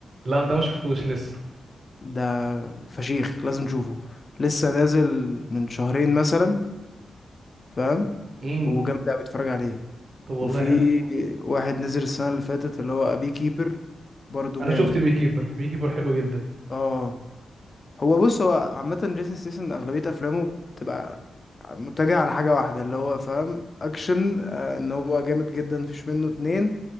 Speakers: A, on the right; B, on the left.
A: لا ده ما شفتوش لسه
B: ده فشيخ لازم تشوفه لسه نازل من شهرين مثلا فاهم
A: امم
B: وجامد قوي اتفرج عليه
A: طب والله
B: وفي
A: حلو
B: واحد نزل السنة اللي فاتت اللي هو أبي كيبر برضو
A: انا
B: جامد
A: شفت بي كيبر بي كيبر حلو جدا
B: اه هو بص هو عامة جيسون ستاثام أغلبية أفلامه بتبقى متجهة على حاجة واحدة اللي هو فاهم أكشن آه، إن هو جامد جدا مفيش منه اتنين